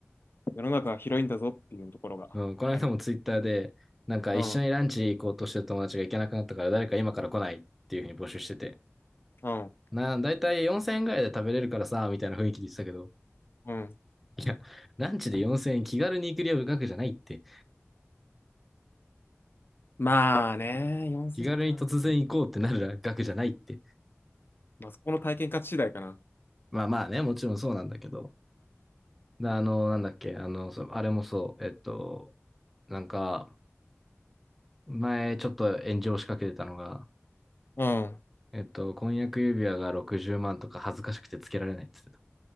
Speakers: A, on the left; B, in the centre.
A: 世の中は広いんだぞっていうところがあり。
B: うん、この間もツイッターで、なんか一緒にランチ行こうとしてる友達が行けなくなったから誰か今から来ないっていうふうに募集してて。
A: うん、うん、
B: な、だいたい4000円ぐらいで食べれるからさ、みたいな雰囲気で言ってたけど。
A: うん。
B: いや、ランチで4000円気軽に行く量額じゃないって。
A: まあね、4 0か。
B: 気軽に突然行こうってなる額じゃないって。
A: まあ、そこの体験価値次第かな。
B: まあまあね、もちろんそうなんだけど。なあの、なんだっけ、あの、そあれもそう、えっと、なんか、前ちょっと炎上しかけてたのが、
A: うん。うん
B: えっと、婚約指輪が60万とか恥ずかしくてつけられないって言って